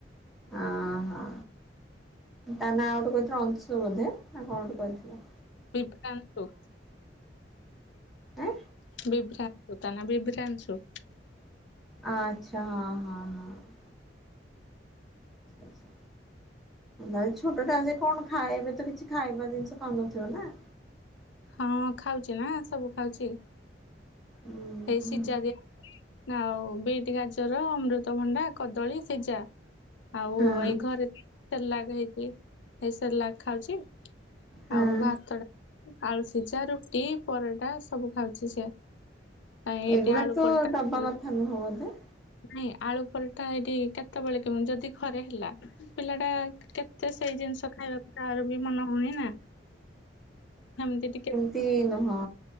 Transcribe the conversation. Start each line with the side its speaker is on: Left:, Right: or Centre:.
Centre: ଅଂ ହଁ। ତା ନାଁ ଗୋଟେ କହିଥିଲ ଅଂଶୁ ବୋଧେ ନା କଣ ଗୋଟେ କହିଥିଲେ।
Left: ବିଭ୍ରାନଶୁ।
Centre: ଆଁ
Left: ବିଭ୍ରାନଶୁ ତାନା ବିଭ୍ରାନଶୁ।
Centre: ଆଚ୍ଛା, ହଁ, ହଁ, ହଁ। ଆଛା। ଭାଇ ଛୋଟଟା ଯେ କଣ ଖାଏ, ଏବେ ତ କିଛି ଖାଇବା ଜିନିଷ ଖାଉନଥିବ ନା?
Left: ହଁ, ଖାଉଛି ନା ସବୁ ଖାଉଛି।
Centre: ଉଁ
Left: ଏଇ
Centre: ହୁଁ
Left: ସିଝା ଦିଆ ହଉଚି, ଆଉ ବିଟ୍, ଗାଜର ଅମୃତ ଭଣ୍ଡା। କଦଳୀ ସିଜା ଆଉ
Centre: ହଁ
Left: ଏଇ ଘରେ ସେରେଲାକ ହେଇଚି, ହେଇ ସେରେଲାକ ଖାଉଛି,
Centre: ହଁ
Left: ଆଉ ଭାତ ଟା ଆଳୁ ସିଝା, ରୁଟି, ପରଟା ସବୁ ଖାଉଛି ସେ। ଏଇଠି
Centre: ଏଗୁଡା
Left: ଆଳୁ
Centre: ତ
Left: ପରଟା
Centre: ଦବା
Left: କରିଥିଲେ
Centre: କଥା ନୁହଁ ବୋଧେ?
Left: ନାଇଁ ଆଳୁ ପରଟା ଏଟି କେତେବେଳେ କେମତି ଯଦି ଘରେ ହେଲା ପିଲା ଟା କେତେ ସେଇ ଜିନିଷ ଖାଇବାକୁ ତାର ବି ମନ ହଉନି ନା ହେମତି ଟିକେ
Centre: ତି ନୁହଁ